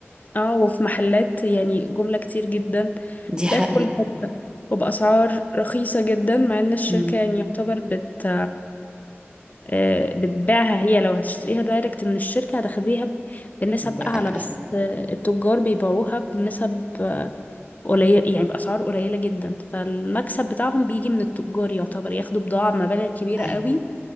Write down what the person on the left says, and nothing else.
اه وفي محلات يعني جملة كتير جدا
بتلاقي
في كل حتة وبأسعار رخيصة جدا مع إن الشركة
يعني يعتبر بت آه، بتبيعها هي لو هتشتريها دايركت من الشركة هتاخديها ب- بنسب
أعلى بس آه، التجار بيبيعوها بنسب قليل يعني بأسعار قليلة جدا فالمكسب بتاعهم بيجي من التجار يعتبر ياخدوا بضاعة بمبالغ كبيرة
قوي